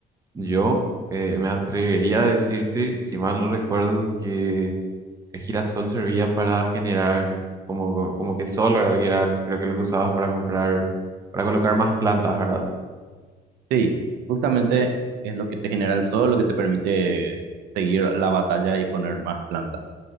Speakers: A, on the right (about 20°); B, on the right (about 80°).
A: yo eh, me atrevería a decirte, si mal no recuerdo, que el girasol servía para generar como, como, como que sol, ¿verdad? Que era, creo que lo que usabas para comprar, para colocar más plantas, ¿verdad?
B: Sí, justamente es lo que te genera el sol, lo que te permite seguir la batalla y poner más plantas.